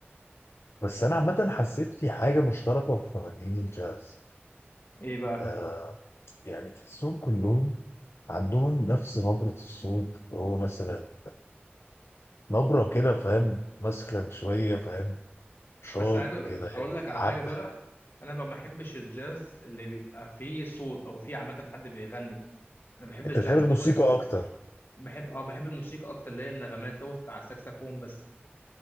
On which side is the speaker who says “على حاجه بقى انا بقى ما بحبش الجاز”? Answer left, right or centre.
Left